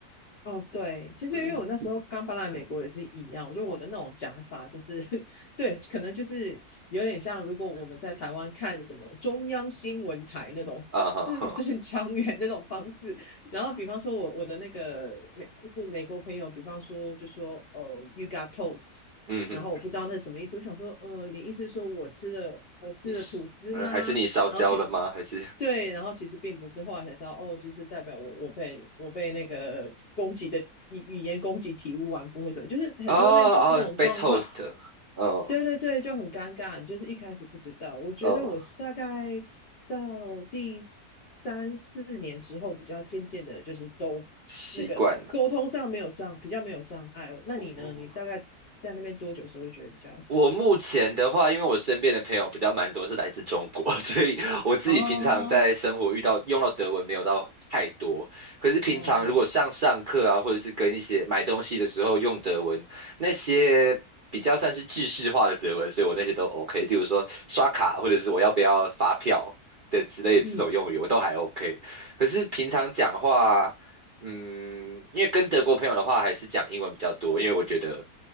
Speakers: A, on the left; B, on the right.
A: 哦，对，其实因为我那时候刚搬来美国也是一样，
B: 嗯，
A: 我觉得我的那种讲法就是，<laughs> 对，可能就是有点像，如果我们在台湾看什么中央新闻台那种字正腔圆那种方式，
B: 啊哈哈，
A: 然后比方说我我的那个美就是美国朋友，比方说就说呃，you got toast，
B: 嗯哼，
A: 然后我不知道那是什么意思，我想说呃，你意思是说我吃了我吃了吐司吗？
B: 你是嗯还是你烧焦了吗？
A: 然后其实。
B: 还是 <laughs>
A: 对，然后其实并不是，后来才知道，哦，就是代表我我被我被那个攻击的语语言攻击体无完肤或什么，就是很多类似这种状况。
B: 哦哦被 toast，哦
A: 对对对，就很尴尬，你就是一开始不知道。我觉得我是大概到第三四年之后，
B: 哦
A: 比较渐渐的，就是都
B: 习惯了。
A: 那个沟通上没有障，比较没有障碍。那你呢？
B: 哦，
A: 你大概在那边多久时候觉得比较？
B: 我目前的话，因为我身边的朋友比较蛮多是来自中国，<laughs> 所以我自己平常在生活遇到用到德文没有到太多。
A: 哦
B: 可是平常如果上上课啊，
A: 哦，
B: 或者是跟一些买东西的时候用德文，那些比较算是制式化的德文，所以我那些都 OK。例如说刷卡，或者是我要不要发票的之类的这种用语，
A: 嗯，
B: 我都还 OK。可是平常讲话。嗯，因为跟德国朋友的话，还是讲英文比较多，因为我觉得